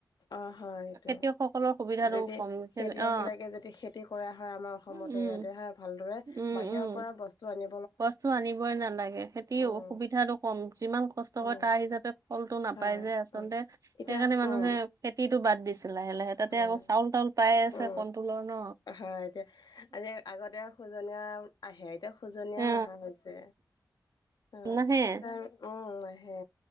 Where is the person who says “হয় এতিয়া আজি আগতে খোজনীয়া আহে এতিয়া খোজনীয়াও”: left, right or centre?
Left